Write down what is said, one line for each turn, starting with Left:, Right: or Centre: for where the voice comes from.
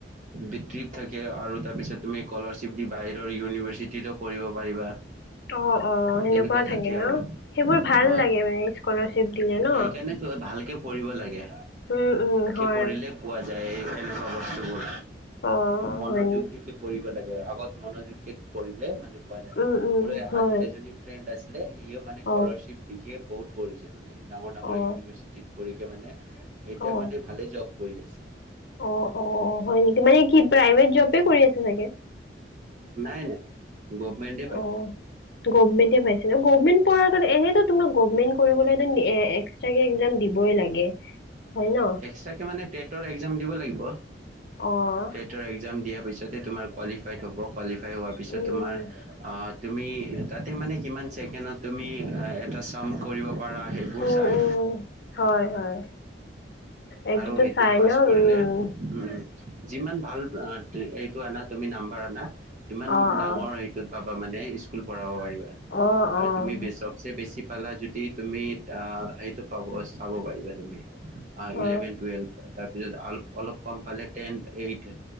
Right: বৃত্তি থাকে আৰু তাৰপিছত তুমি স্কলাৰশ্বিপ দি বাহিৰৰ ইউনিভাৰচিটিতো পঢ়িব পাৰিবা।
Left: অ', অ', সেনেকুৱা
Right: তেনেকুৱা
Left: থাকে ন,
Right: আৰু
Left: সেইবোৰ ভাল
Right: অ
Left: লাগে মানে স্কলাৰচিপ দিলে ন।
Right: সেইকাৰণে ত ভালকে পঢ়িব লাগে।
Left: উম উম হয়।
Right: পঢ়িলেই পোৱা যায়, এই এনেকুৱা বস্তুবোৰ।
Left: অ
Right: মনোযোগ
Left: হয় নি
Right: দিকে পঢ়িব লাগে, আগত মনোযোগ দি পঢ়িলে মানে পোৱা যায়,
Left: উম উম
Right: মোৰ এই
Left: হয়
Right: আজি এইজনী ফ্ৰেণ্ড আছিলে, সিঁও মানে স্কলাৰশ্বিপ
Left: অ
Right: দি দিকে বহুত পঢ়িছে মানে, ডাঙৰ ডাঙৰ
Left: অ
Right: ইউনিভাৰ্চিটিত। পঢ়িকে মানে, এতিয়া
Left: অ
Right: মানে ভালে জব কৰি আছে।
Left: অ', অ', হয় নেকি, মানে কি প্ৰাইভেট জবে কৰি আছে চাগে।
Right: নাই নাই। গভমেণ্ট।
Left: অ', গভমেণ্টে পাইছে ন, গভমেন্ট পোৱা আগত এনে তোমাৰ গভৰমেণ্ট কৰিবলৈ যেন এক্সট্ৰা কে এক্সাম দিবই লাগে, হয় ন।
Right: এক্সাটাকে মানে টেটৰ এক্সাম দিব লাগিব,
Left: অঁ
Right: টেটৰ এক্সাম দিয়াৰ পিছতে তোমাৰ কোৱালিফাইড হ'ব। কোৱালিফাই হোৱাৰ পিছত
Left: উম
Right: তোমাৰ আঁ তুমি তাতে মানে কিমান চেকেণ্ডত তুমি এটা চাম কৰিব পাৰা। সেইবোৰ
Left: উম
Right: চায়।
Left: উম হয় হয়। এইটোতো
Right: আৰু সেইটোত
Left: চাই
Right: পাছ
Left: ন
Right: কৰিলে
Left: উম
Right: উম যিমান ভাল আঁ এইটো আনা তুমি নাম্বাৰ আনা ইমান
Left: অঁ
Right: ডাঙৰ
Left: অঁ
Right: সেইটোত পাবা মানে স্কুল পঢ়াব পাৰিবা।
Left: অঁ
Right: আৰু
Left: অঁ
Right: তুমি বেচক চে বেছি পালা যদি তুমি আঁ সেইটো পাব চাব পাৰিবা তুমি।
Left: অঁ
Right: ইলেভেন টোৱেলভ তাৰপিছত অলপ কম পালে টেন এইট